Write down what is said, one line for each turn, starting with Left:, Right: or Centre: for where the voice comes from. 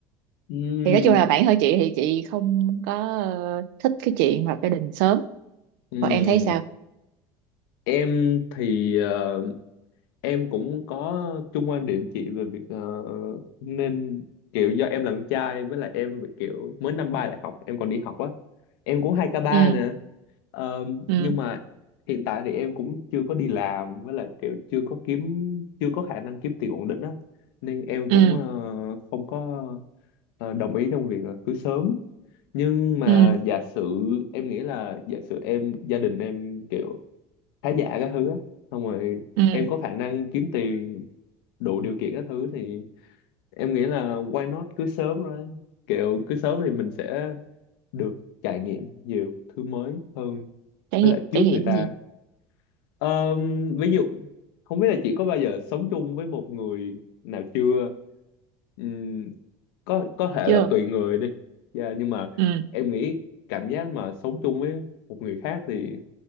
Left: Ừm,
Right: Thì nói chung là bạn hơi chị thì chị không có ờ, thích cái chuyện lập gia đình sớm.
Left: ừm.
Right: Còn em thấy sao?
Left: Em thì ờ, em cũng có chung quan điểm chị về việc ờ, nên kiểu do em là con trai với lại em kiểu mới năm ba đại học em còn đi học á em cũng hai k ba
Right: Ừ
Left: nè Ờ,
Right: ừ
Left: nhưng mà hiện tại thì em cũng chưa có đi làm với lại kiểu chưa có kiếm chưa có khả năng kiếm tiền ổn định á nên em
Right: ừ
Left: cũng ờ, không có ờ, đồng ý trong việc là cưới sớm nhưng mà
Right: ừ
Left: giả sử em nghĩ là giả sử em gia đình em kiểu khá giả các thứ á xong rồi
Right: ừ
Left: em có khả năng kiếm tiền đủ điều kiện các thứ thì em nghĩ là why not cứ sớm rồi kiểu cứ sớm thì mình sẽ được trải nghiệm nhiều thứ mới hơn
Right: trải
Left: với
Right: nghiệm
Left: lại trước
Right: trải nghiệm
Left: người ta
Right: gì?
Left: Ờm, ví dụ không biết là chị có bao giờ sống chung với một người nào chưa Ừm, có có thể
Right: chưa
Left: là tùy người đi Dạ, nhưng mà
Right: ừ
Left: em nghĩ cảm giác mà sống chung với một người khác thì